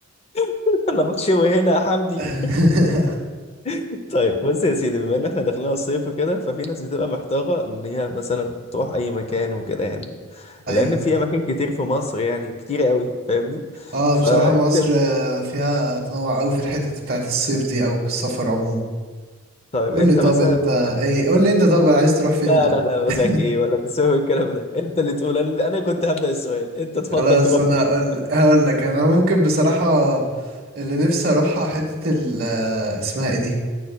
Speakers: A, on the left; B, on the right.
A: <laughs> انا بتشوي هنا يا حمدي
B: <laughs>
A: <laughs> طيب بص يا سيدي بما ان احنا داخلين على الصيف وكده ففي ناس بتبقى محتاره ان هي مثلا تروح اي مكان وكده يعني
B: ايوه
A: لان في اماكن كتير في مصر يعني كتير قوي فاهمني
B: اه
A: فانت
B: بصراحة مصر آه، فيها تنوع قوي في الحتت بتاعت الصيف دي او السفر عموما
A: طيب
B: قول
A: انت
B: لي طب
A: مثلا
B: انت ايه قول لي انت طب عايز تروح فين
A: لا
B: الاول
A: لا لا بقول
B: <laughs>
A: لك ايه ولا تسوي الكلام ده انت اللي تقول انا أنا كنت هبدأ السؤال انت تفضل
B: خلاص
A: تروح
B: انا
A: فين
B: هقول هقول لك انا ممكن بصراحة اللي نفسي اروحها حتة ال آه، اسمها ايه دي